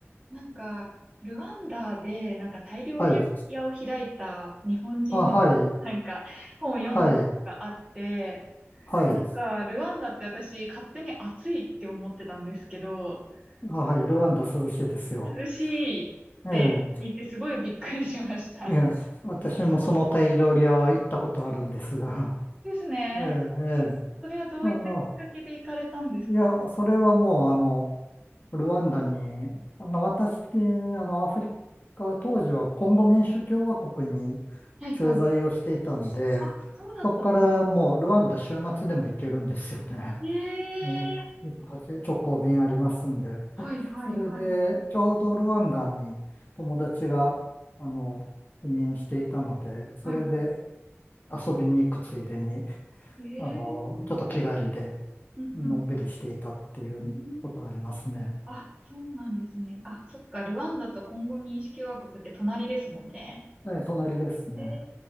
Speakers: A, on the right; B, on the left.
A: なんか、ルワンダで、なんかタイ料理屋を開いた日本人女性がなんか、
B: はい。あ、はい。
A: 本を読んだことがあって、
B: はい。はい。
A: なんか、ルワンダって私、勝手に暑いって思ってたんですけど、
B: あ、はい。
A: なんか
B: ルワンダ涼しいですよ。
A: 涼しいって聞いて、
B: え
A: すごいびっくりしました。
B: え。ええ。私もそのタイ料理屋は行ったことあるんですが。
A: ですね。
B: <laughs> ええ、ええ。
A: それはどういったきっかけで行かれたんですか
B: あの、いや、それはもう、あの、ルワンダに、あの、私、あの、アフリカ、当時はコンゴ民主共和国に
A: はいはい。
B: 駐在をしていたんで、
A: あ、そうだったんです。
B: そこからもうルワンダ週末でも行けるんですよね。
A: ええ
B: <laughs> うん、直行便ありますんで。
A: はいはいはい。
B: <laughs> それで、ちょうどルワンダに友達が、あの、赴任していたので、それで
A: はい
B: 遊びに行くついでに、
A: ええ
B: あの、ちょっと気軽で、
A: うんうん
B: のんびりしていたっていうことありますね。
A: うん。あ、そうなんですね。あ、そっか、ルワンダとコンゴ民主共和国って隣ですもんね。
B: ええ、隣ですね。
A: え